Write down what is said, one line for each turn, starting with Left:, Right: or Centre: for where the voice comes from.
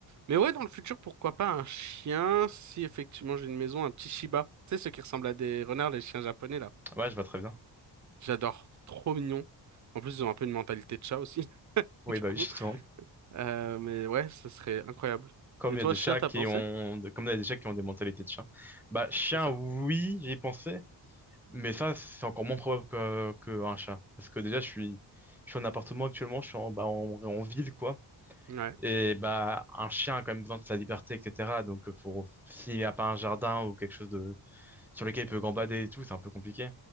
Right: Mais ouais, dans le futur, pourquoi pas un chien si effectivement j'ai une maison, un petit Shiba. Tu sais, ceux qui ressemblent à des renards, les chiens japonais là.
Centre: ouais, je vois très bien.
Right: J'adore, trop mignon. En plus, ils ont un peu une mentalité de chat aussi, <laughs>
Centre: Oui,
Right: du
Centre: bah
Right: coup.
Centre: oui, <laughs> justement.
Right: Euh, mais ouais, ce serait incroyable.
Centre: Comme
Right: Et
Centre: il
Right: toi,
Centre: y a des
Right: chien,
Centre: chats
Right: t'as
Centre: qui
Right: pensé?
Centre: ont, de- comme il y a des chats qui ont des mentalités de chien. Bah, chien,
Right: C'est ça.
Centre: oui, j'y ai pensé, mais ça, c'est encore moins probable que, qu'un chat. Parce que déjà, je suis, je suis en appartement actuellement, je suis en, bah, en, en ville, quoi.
Right: Ouais.
Centre: Et bah, un chien a quand même besoin de sa liberté, etc. Donc, euh, faut, s'il n'y a pas un jardin ou quelque chose de, sur lesquels il peut gambader et tout, c'est un peu compliqué.